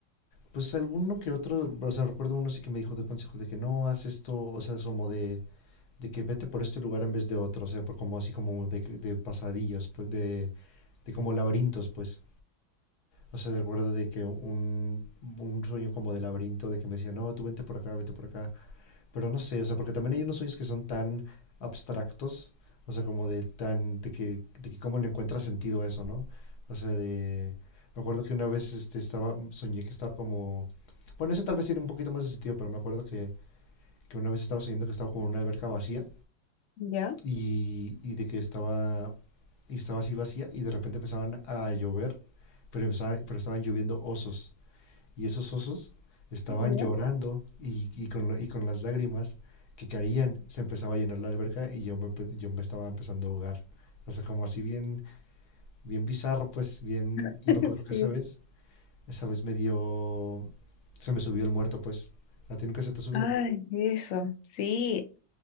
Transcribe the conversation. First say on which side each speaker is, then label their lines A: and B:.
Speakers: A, on the left; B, on the left.
A: Pues alguno que otro, o sea, recuerdo uno sí que me dijo de consejo de que no, haz esto, o sea, es como de, de que vete por este lugar en vez de otro, o sea, por como así como de, de pasadillas, pues, de, de como laberintos, pues. O sea, recuerdo de que un, un sueño como de laberinto, de que me decía, no, tú vente por acá, vete por acá, Pero no sé, o sea, porque también hay unos sueños que son tan abstractos, o sea, como de tan, de que, de que cómo le encuentra sentido a eso, ¿no? O sea, de, me acuerdo que una vez este, estaba, soñé que estaba como, bueno, eso tal vez tiene un poquito más de sentido, pero me acuerdo que, que una vez estaba soñando que estaba como en una alberca vacía
B: ¿Ya?
A: y, y de que estaba, y estaba así vacía y de repente empezaban a llover, pero, empezaban- pero estaban lloviendo osos y esos osos estaban
B: Ya.
A: llorando y, y con, lo- y con las lágrimas que caían se empezaba a llenar la alberca y yo me, pe- yo me estaba empezando a ahogar. O sea, como así bien, bien bizarro, pues bien...
B: <laughs>
A: Y me acuerdo
B: Sí.
A: que esa vez, esa vez me dio... Se me subió el muerto, pues. ¿A ti nunca se te ha subido?
B: Ay, eso, sí,